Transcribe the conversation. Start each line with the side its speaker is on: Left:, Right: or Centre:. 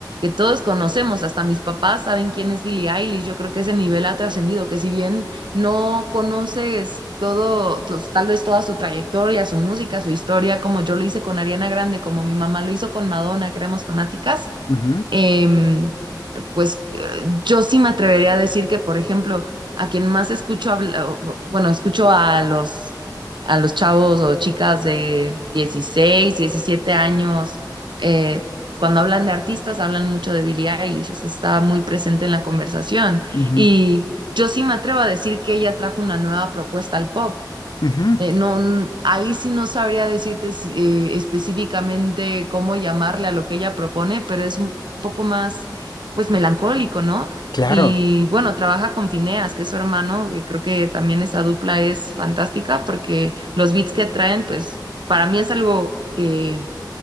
Right: todos conocemos, hasta mis papás saben quién es Billie Eilish, yo creo que ese nivel ha trascendido, que si bien no conoces todo, tos- tal vez toda su trayectoria, su música, su historia, como yo lo hice con Ariana Grande, como mi mamá lo hizo con Madonna, que éramos fanáticas,
Left: ujú,
Right: Em, pues eh, yo sí me atrevería a decir que, por ejemplo, a quien más escucho habla- o- o- bueno, escucho a los, a los chavos o chicas de 16 17 años, eh, cuando hablan de artistas, hablan mucho de Billie Eilish, o sea, está muy presente en la conversación.
Left: ujú,
Right: Y yo sí me atrevo a decir que ella trajo una nueva propuesta al pop.
Left: Ujú,
Right: Eh, no, n- ahí sí no sabría decirte si- eh, específicamente cómo llamarle a lo que ella propone, pero es un poco más, pues, melancólico, ¿no?
Left: Claro.
Right: Y bueno, trabaja con Fineas, que es su hermano, que creo que también esa dupla es fantástica porque los beats que traen, pues, para mí es algo que